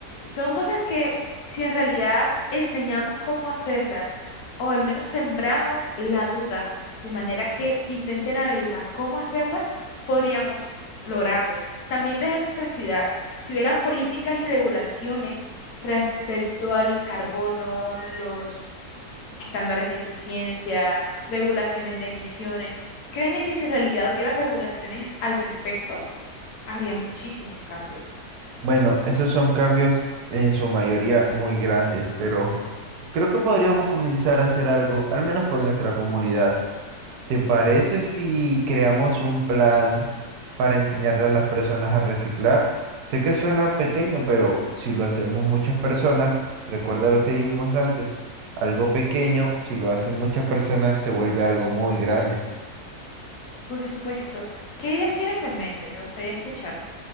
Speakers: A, on the left; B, on the right.
A: Son cosas que si en realidad enseñamos cómo hacerlas o al menos sembramos la duda de manera que intenten averiguar cómo hacerlas, podríamos lograrlo. También desde nuestra ciudad, si hubieran políticas y regulaciones respecto al carbono, los estándares de eficiencia, regulaciones de emisiones. Créeme que si en realidad hubiera regulaciones al respecto, habría muchísimos cambios.
B: Bueno, esos son cambios en su mayoría muy grandes, pero creo que podríamos comenzar a hacer algo, al menos por nuestra comunidad. ¿Te parece si creamos un plan para enseñarle a las personas a reciclar? Sé que suena pequeño, pero si lo hacemos muchas personas, recuerda lo que dijimos antes, algo pequeño, si lo hacen muchas personas, se vuelve algo muy grande.
A: Por supuesto. ¿Qué ideas tienes en mente? Me gustaría escucharte.